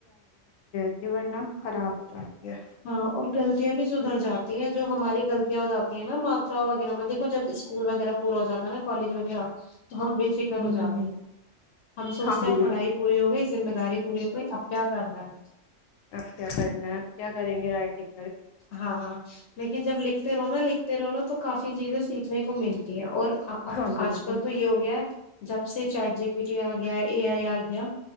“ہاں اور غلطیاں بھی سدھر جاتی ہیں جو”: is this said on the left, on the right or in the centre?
Left